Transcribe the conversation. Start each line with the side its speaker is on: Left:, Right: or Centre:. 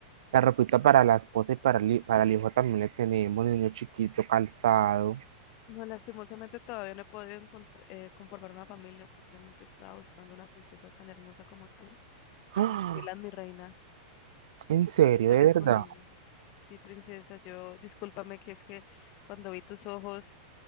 Right: la ropita para la esposa y para el, hi- para el hijo también le tenemos, niño chiquito, calzado.
Left: No, lastimosamente todavía no he podido encont- eh, conformar una familia. Precisamente estaba buscando una princesa tan hermosa como tú para
Right: ¡Ah!
Left: convertirla en mi reina.
Right: ¿En
Left: No
Right: serio,
Left: sé si estás
Right: de
Left: disponible.
Right: verdad?
Left: Sí, princesa, yo, discúlpame que es que cuando vi tus ojos